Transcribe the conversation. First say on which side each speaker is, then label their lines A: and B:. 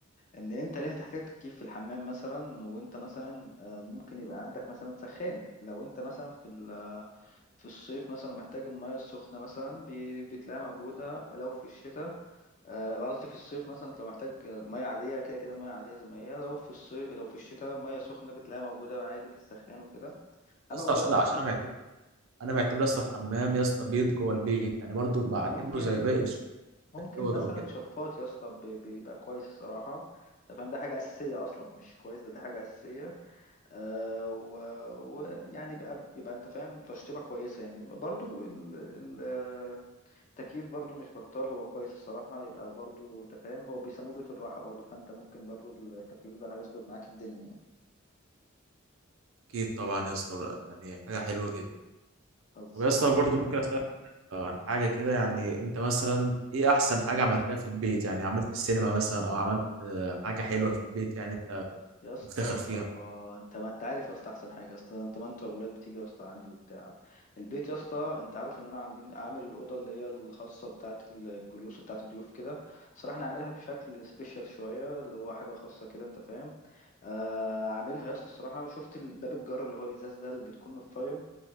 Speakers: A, on the left (about 35°); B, on the right (about 70°).
A: إن أنت ليه هتحتاج تكييف في الحمام مثلا وأنت مثلا آه، ممكن يبقى عندك مثلا سخان لو أنت مثلا في ال- في الصيف مثلا محتاج المياه السخنة مثلا بي- بتلاقيها موجودة لو في الشتاء آه، قصدي في الصيف مثلا لو محتاج مياه عادية كده كده المياه عادية زي ما هي لو في الصيف لو في الشتاء مياه سخنة بتلاقيها موجودة عادي في السخان وكده
B: يا
A: أما
B: اسطى
A: موضوع
B: عشان
A: التكييف
B: عشان انا معتبر انا معتبر يا اسطى الحمام يا اسطى بيت جوه البيت يعني برضو بعتبره
A: ممكن
B: زي باقي الش-
A: ممكن
B: الاوض
A: مثلا
B: او كده
A: شفاط يا اسطى ب- بيبقى كويس الصراحة انت فاهم ده حاجة أساسية أصلا مش كويس ده ده حاجة أساسية آه ويعني يبقى يبقى انت فاهم تشطيبة كويسة يعني برضو ال- ال- آه، التكييف برضو مش بطال هو كويس الصراحة يبقى برضو انت فاهم هو بيسموه بيت الراحة برضو فانت ممكن برضو التكييف ده هيظبط معاك الدنيا يعني
B: اكيد طبعا يا اسطى يعني حاجه حلوه جدا
A: خلصانة
B: طب يا اسطى برضو ممكن اسالك عن حاجه كده يعني انت مثلا ايه احسن حاجه عملتها في البيت يعني عملت السينما مثلا او عملت آه، حاجه حلوه في البيت يعني انت
A: يا اسطى
B: مفتخر فيها
A: انت ما انت عارف يا اسطى احسن حاجه يا اسطى انت ما انت والولاد بتيجي يا اسطى عندي وبتاع البيت يا اسطى انت عارف ان انا عاملين عامل الاوضه اللي هي الخاصه بتاعه الجلوس وبتاعه الضيوف كده صراحه انا عاملها بشكل سبيشال شويه اللي هو حاجه خاصه كده انت فاهم آه عاملها يا اسطى الصراحه شفت الباب الجر اللي هو الازاز ده اللي بتكون متفايم